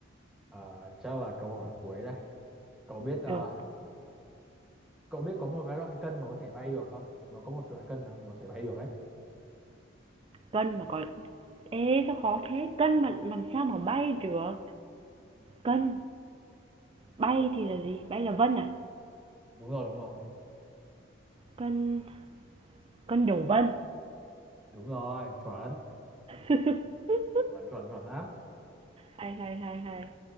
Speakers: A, in the centre; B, on the right (about 30°).
A: Ờ, chắc là câu hỏi cuối đây. Cậu biết ờ,
B: Được,
A: cậu biết có một cái loại cân mà có thể bay được không? Nó có một loại cân mà có thể bay được đấy.
B: cân mà có Ê, sao khó thế? Cân mà làm sao mà bay được? Cân, bay thì là gì? Bay là vân à?
A: đúng rồi, đúng rồi.
B: Cân cân đổ vân.
A: Đúng rồi, chuẩn,
B: <laughs>
A: chuẩn chuẩn chuẩn lắm.
B: Hay, hay, hay, hay.